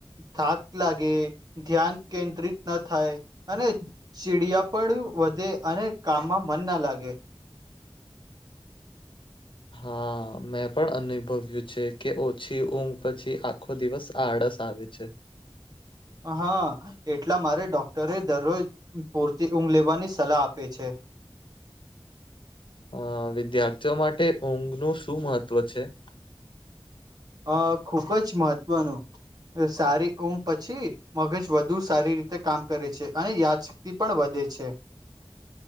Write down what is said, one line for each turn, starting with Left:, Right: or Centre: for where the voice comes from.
Right: થાક લાગે, ધ્યાન કેન્દ્રિત ન થાય, અને સીડિયા પણ વધે અને કામમાં મન ના લાગે.
Left: હા મેં પણ અનુભવ્યું છે કે ઓછી ઊંઘ પછી આ ખો દિવસ આળસ આવે છે.
Right: હા એટલા મારે ડોક્ટરે દરરોજ પૂરતી ઊંઘ લેવાની સલાહ આપે છે.
Left: અ વિદ્યાર્થીઓ માટે ઊંઘ નું શું મહત્વ છે?
Right: અ ખુબ જ મહત્વનું સારી ઉમ પછી મગજ વધુ સારી રીતે કામ કરે છે, અને યાદ સ ક્તિ પણ વધે છે.